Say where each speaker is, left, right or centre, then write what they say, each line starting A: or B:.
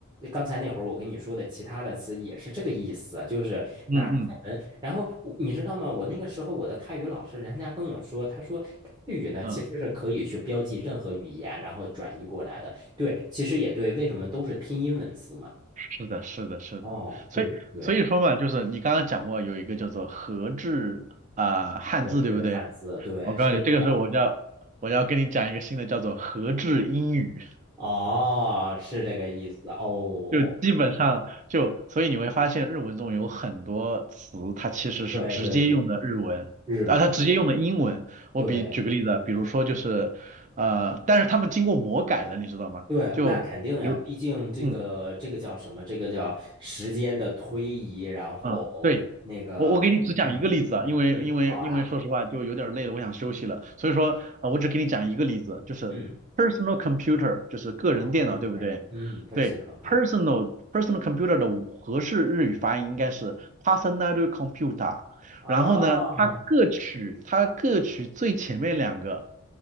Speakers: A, on the right; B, on the right.
A: 刚才那会儿我跟你说的，其他的词也是这个意思，就是拿泰文。
B: 嗯嗯。
A: 然后我你知道吗？我那个时候我的泰语老师，人家跟我说，他说泰语呢其实是可以去标记任何语言，
B: 嗯，
A: 然后转译过来的。对，其实也对，为什么都是拼音文字嘛？
B: 是的，是的，是的，
A: 哦，
B: 所以所以说嘛，
A: 对对对，
B: 就是你刚刚讲过有一个叫做和制啊、汉字，
A: 格致汉字，
B: 对不对？
A: 对，
B: 我告诉你，
A: 是这样。
B: 这个时候我就要我要跟你讲一个新的叫做和制英语，
A: 哦，是这个意思哦。
B: 就基本上就所以你会发现日文中有很多词它其实是直接用的日文啊，
A: 对对对，日文，
B: 它直接用的英文。我比举个例子啊，
A: 对
B: 比如说就是呃，但是他们经过魔改了，你知道吗？
A: 对，
B: 就比如。
A: 那肯定呀，毕竟这个这个叫什么？
B: 嗯。
A: 这个叫时间的推移，然后那个，
B: 嗯，对，我我给你只讲一个例子啊，
A: 嗯
B: 因为因为因为说实话就有点儿累了，
A: 嗯，好呀，
B: 我想休息了，所以说啊、呃我只给你讲一个例子，就是
A: 嗯
B: personal computer，就是个人电脑，
A: ，computer，
B: 对不对？
A: 嗯，personal
B: 对，personal
A: computer，
B: personal computer 的合适日语发音应该是 personal computer，
A: 啊，
B: 然后呢，它各取它各取最前面两个，